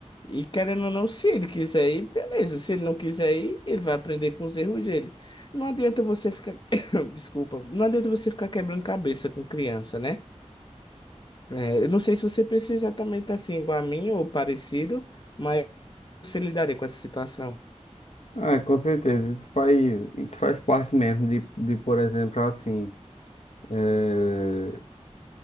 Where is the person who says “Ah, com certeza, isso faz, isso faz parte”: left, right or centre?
Left